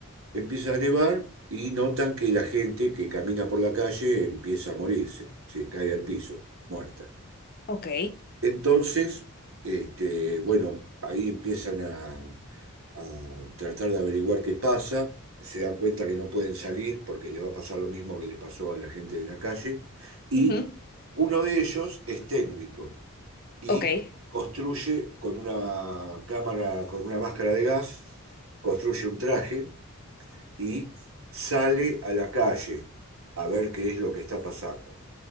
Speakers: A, on the right; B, on the left.
A: Empieza a nevar y notan que la gente que camina por la calle empieza a morirse, se cae al piso, muerta.
B: ok.
A: Entonces, este, bueno, ahí empiezan a, a tratar de averiguar qué pasa, se dan cuenta que no pueden salir porque le va a pasar lo mismo que le pasó a la gente de la calle, y
B: ujú,
A: uno de ellos es técnico y
B: Ok,
A: construye con una cámara, con una máscara de gas, construye un traje y sale a la calle a ver qué es lo que está pasando.